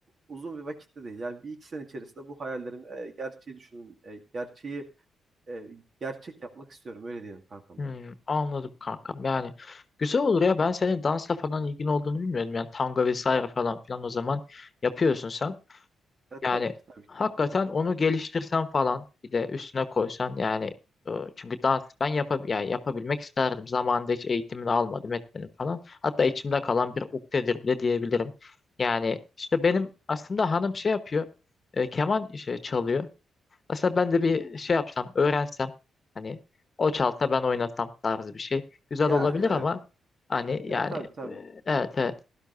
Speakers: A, on the right; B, on the left.
A: uzun bir vakitte değil. Yani bir iki sene içerisinde bu hayallerimi e, gerçeği düşünün, e, gerçeği e, gerçek yapmak istiyorum. Öyle diyelim kankam
B: hmm,
A: yani.
B: anladım kankam. Yani güzel olur ya ben senin dansla falan ilgin olduğunu bilmiyordum. Yani tango vesaire falan filan o zaman yapıyorsun sen.
A: Ya
B: Yani
A: tabii ki tabii ki
B: hakikaten
A: kankam.
B: onu geliştirsen falan bir de üstüne koysan yani e, çünkü dans ben yapab yani yapabilmek isterdim. Zamanında hiç eğitimini almadım etmedim falan. Hatta içimde kalan bir ukdedir bile diyebilirim. Yani işte benim aslında hanım şey yapıyor. e, keman şey çalıyor. Aslında ben de bir şey yapsam, öğrensem hani o çalsa ben oynasam tarzı bir şey. Güzel
A: Yani
B: olabilir
A: evet.
B: ama hani
A: Ya
B: yani
A: tabii tabii.
B: e, evet evet.